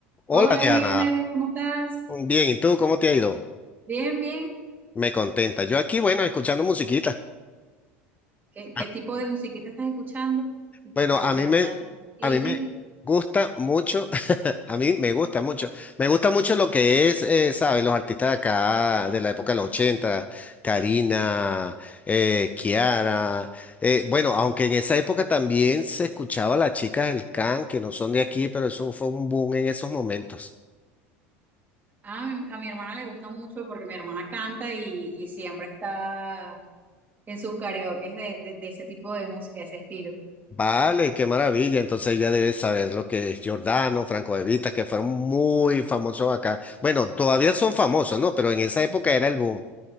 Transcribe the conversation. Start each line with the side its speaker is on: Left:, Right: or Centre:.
Left: Hola
Right: Hola
Left: Diana,
Right: Wilmer, ¿cómo estás?
Left: bien, ¿y tú cómo te ha ido?
Right: Bien, bien.
Left: Me contenta. Yo aquí, bueno, escuchando musiquita.
Right: ¿Qué, qué
Left: Ah,
Right: tipo de musiquita estás escuchando
Left: Bueno,
Right: para
Left: a
Right: cerrar
Left: mí me,
Right: el
Left: a mí me
Right: día?
Left: gusta mucho, <laughs> a mí me gusta mucho, me gusta mucho lo que es, eh, ¿sabes? Los artistas de acá, de la época de los 80, Karina, eh, Kiara. eh, bueno, aunque en esa época también se escuchaba a las chicas del can, que no son de aquí, pero eso fue un boom en esos momentos.
Right: Ah, a mi, a mi hermana le gusta mucho porque mi hermana canta y, y siempre está en sus karaoke de, de, de ese tipo de música, de ese estilo.
Left: Vale, qué maravilla. Entonces ya debes saber lo que es Giordano, Franco De Vita, que fueron muy famosos acá. Bueno, todavía son famosos, ¿no? Pero en esa época era el boom.